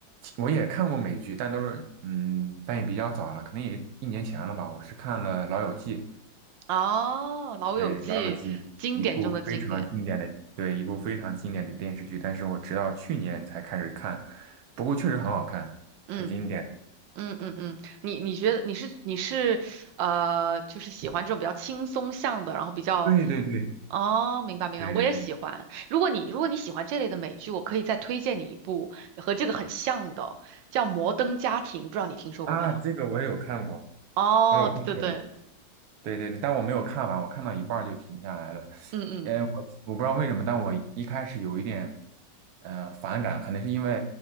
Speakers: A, on the right; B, on the right.
A: 我也看过美剧，但都是嗯，但也比较早了，可能也一年前了吧。我是看了《老友记》，
B: 哦，《老友记》经典中的经典，
A: 对《老友记》一部非常经典的，对一部非常经典的电视剧，但是我直到去年才开始看，不过确实很好看，
B: 嗯。
A: 很经典。
B: 嗯嗯嗯，你你觉得你是你是呃，就是喜欢这种比较轻松向的，然后比较
A: 对对对
B: 哦，明白明白，
A: 对对对
B: 我也喜欢。如果你如果你喜欢这类的美剧，我可以再推荐你一部和这个很像的，叫《摩登家庭》，不知道你听说过没有？
A: 啊，这个我也有看过，
B: 哦，
A: 我有 <laughs>
B: 对对对，
A: 对对对，但我没有看完，我看到一半儿就停下来了。
B: 嗯嗯，
A: 呃，我我不知道为什么，但我一开始有一点。呃反感，可能是因为